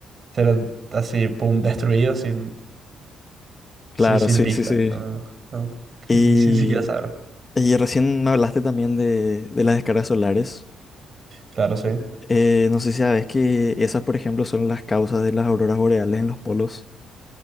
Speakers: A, on the right; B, on the left.
A: ser así, pum, destruido sin,
B: claro,
A: sin, sin
B: sí,
A: pista,
B: sí, sí.
A: no, no, no,
B: Y,
A: sin, sin siquiera saber.
B: y recién me hablaste también de, de las descargas solares.
A: Claro, sí.
B: Eh, no sé si sabes que esas, por ejemplo, son las causas de las auroras boreales en los polos.